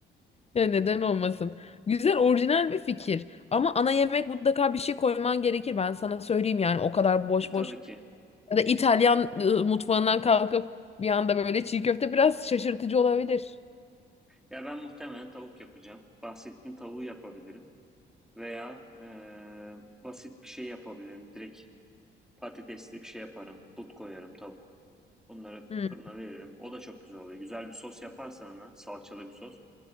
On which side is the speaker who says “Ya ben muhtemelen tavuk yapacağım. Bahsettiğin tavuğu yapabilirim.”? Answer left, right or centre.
Centre